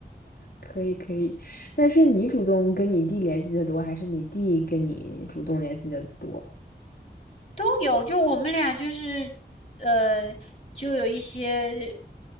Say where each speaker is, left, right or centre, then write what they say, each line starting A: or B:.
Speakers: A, on the left; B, on the left.
A: 可以可以，但是你主动跟你弟联系的多，还是你弟跟你主动联系的多？
B: 都有。就我们俩就是呃，就有一些